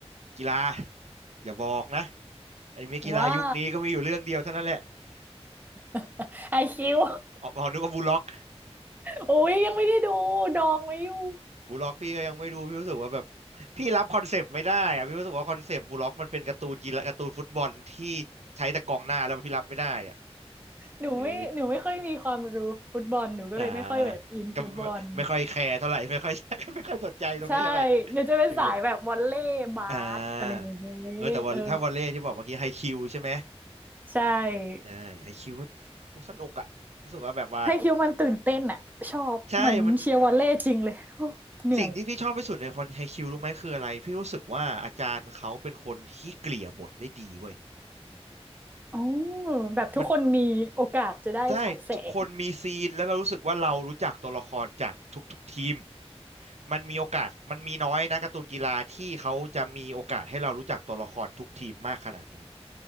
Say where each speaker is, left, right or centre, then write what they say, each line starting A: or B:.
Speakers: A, on the right (about 85°); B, on the right (about 15°).
A: กีฬาอย่าบอกนะไอ้เมอกีฬายุคนี้ก็มีอยู่เรื่องเดียวเท่านั้นแหละ
B: ว่า <laughs> ไอคิว
A: อ๋ออ๋อนึกว่าบูลล็อก
B: โอ้ยยังไม่ได้ดูดองไว้อยู่
A: บูล็อกพี่ก็ยังไม่ดูพี่รู้สึกว่าแบบพี่รับคอนเซปต์ไม่ได้อะพี่รู้สึกว่าคอนเซปต์บูล็อกมันเป็นการ์ตูนกีฬาการ์ตูนฟุตบอลที่ใช้แต่กองหน้าแล้วพี่รับไม่ได้อะ
B: หนูไม่หนูไม่ค่อยมีความรู้ฟุตบอลหนูก็เลยไม่ค่อยแบบอินฟุตบอล
A: หรืออ่าก็ไม่ไม่ค่อยแคร์เท่าไหร่ <laughs> ไม่ค่อย <laughs> ไม่ค่อยสนใจตรงนี้เท่าไหร่
B: ใช่หนูจะเป็นสายแบบวอลเลย์บาสอะไรอย่างเงี้ย
A: เอออ่าเออแต่ว่าถ้าวอลเลย์ที่บอกเมื่อกี้ไฮคิวใช่ไหม
B: เออใช่
A: ใช่ไฮคิวว่าโหสนุกอะรู้สึกว่าแบบว่า
B: ให้คิวมันตื่นเต้นอ่ะชอบเหมือนเชียร์วอลเลย์จริงเลย
A: ใช่มัน
B: <laughs> โอ้เหนื่อย
A: สิ่งที่พี่ชอบที่สุดในคอนไฮคิวรู้ไหมคืออะไรพี่รู้สึกว่าอาจารย์เขาเป็นคนที่เกลี่ยบทได้ดีเว้ย
B: อ๋อแบบทุกคนมีโอกาสจะได้ฉายแสง
A: มัน ใช่ทุกคนมีซีนแล้วเรารู้สึกว่าเรารู้จักตัวละครจากทุกๆทีมมันมีโอกาสมันมีน้อยนะการ์ตูนกีฬาที่เขาจะมีโอกาสให้เรารู้จักตัวละครทุกทีมมากขนาดนี้